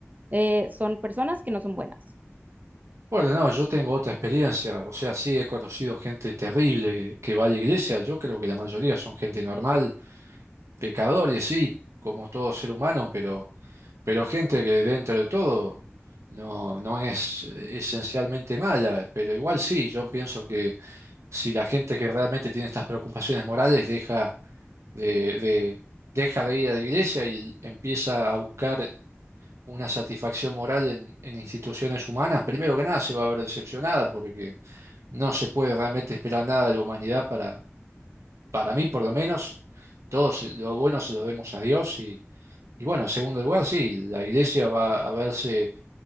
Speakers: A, on the right; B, on the right.
A: eh, son personas que no son buenas.
B: Bueno, no, yo tengo otra experiencia, o sea, sí he conocido gente terrible que, que va a la iglesia, yo creo que la mayoría son gente normal, pecadores, sí, como todo ser humano, pero, pero gente que dentro de todo no, no es eh, esencialmente mala, pero igual sí, yo pienso que si la gente que realmente tiene estas preocupaciones morales deja de, de, deja de ir a la iglesia y empieza a buscar una satisfacción moral en, en instituciones humanas, primero que nada se va a ver decepcionada porque no se puede realmente esperar nada de la humanidad para, para mí por lo menos, todos lo bueno se lo debemos a Dios y, y bueno, en segundo lugar, sí, la iglesia va a verse